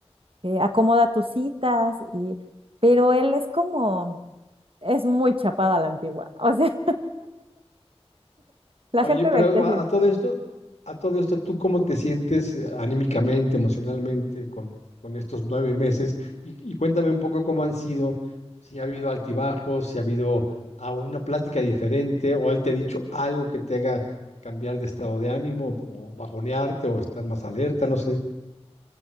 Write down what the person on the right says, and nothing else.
eh, acomoda tus citas y... Pero él es como, es muy chapada a la antigua. <laughs> O sea, la
gente
de aquí así,